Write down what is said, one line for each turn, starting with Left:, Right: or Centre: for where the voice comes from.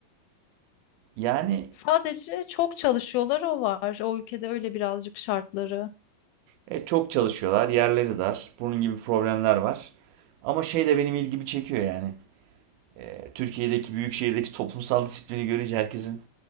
Right: Yani
Left: Sadece çok çalışıyorlar o var. O ülkede öyle birazcık şartları.
Right: e, çok çalışıyorlar, yerleri dar. Bunun gibi problemler var. Ama şey de benim ilgimi çekiyor yani. E, Türkiye'deki büyük şehirdeki toplumsal disiplini görünce herkesin